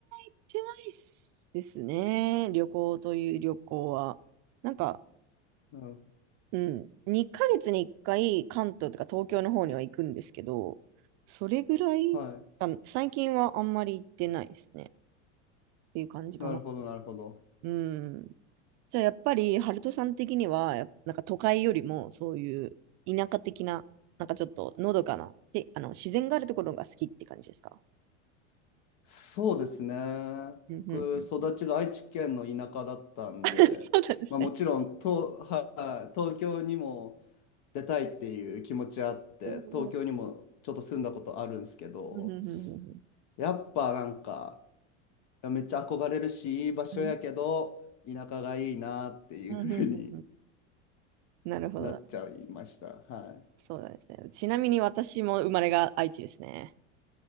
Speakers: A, on the right; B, on the left.
A: ってないっすですね、旅行という旅行は。なんか、
B: なるほ
A: うん、2ヶ月に1回関東とか東京の方には行くんですけど、それぐらいあ最近はあんまり行ってないですね。
B: ど。はい。
A: っていう感じかな。
B: なるほど、なるほど。
A: うん。じゃあやっぱり、ハルトさん的には、やっなんか都会よりもそういう田舎的な、なんかちょっとのどかな、で、あの、自然があるところが好きって感じですか
B: そうですね。
A: うんうん。
B: 僕、育ちが愛知県の田舎だったんで、
A: <laughs> そうなんですね。
B: まあもちろん、と、はい、東京にも出たいっていう気持ちあって、
A: うんうん
B: 東京にもちょっと住んだことあるんですけど、
A: うんうんうん
B: やっぱなんか、めっちゃ憧れるし、いい場所やけど、
A: うん
B: 田舎がいいなっていうふうに
A: うんうんうんうんなるほど。
B: なっちゃいました。はい。
A: そうなんですね。ちなみに私も生まれが愛知ですね。